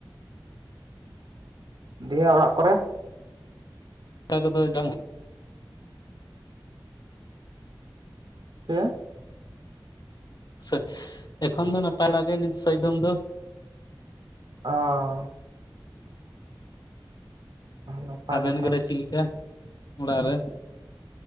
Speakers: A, on the right (about 70°); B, on the left (about 55°).
A: ᱰᱤᱦᱟᱸ ᱚᱲᱟᱜ ᱠᱚᱨᱮ
B: ᱛᱟ ᱫᱚ ᱡᱚᱢ
A: ᱪᱮᱫ
B: ᱥᱮ ᱮᱠᱷᱚᱱ ᱫᱚ ᱱᱟᱯᱟᱭ ᱵᱟᱲᱟᱜᱮ ᱱᱤᱛ ᱥᱚᱭᱫᱚᱢ ᱫᱚ
A: ᱚ
B: <inaudible>
A: ᱱᱟᱯᱟᱭ
B: ᱟᱵᱮᱱ
A: ᱠᱟᱛᱷᱟ
B: <unintelligible> ᱚᱲᱟᱜ ᱨᱮ